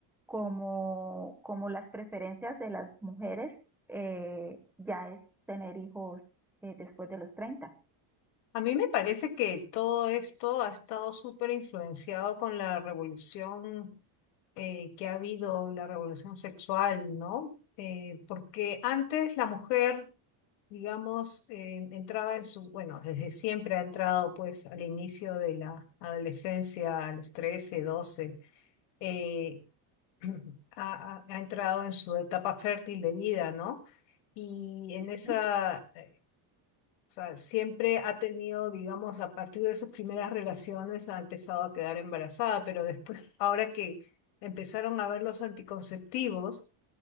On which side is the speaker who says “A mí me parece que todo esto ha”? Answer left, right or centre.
Left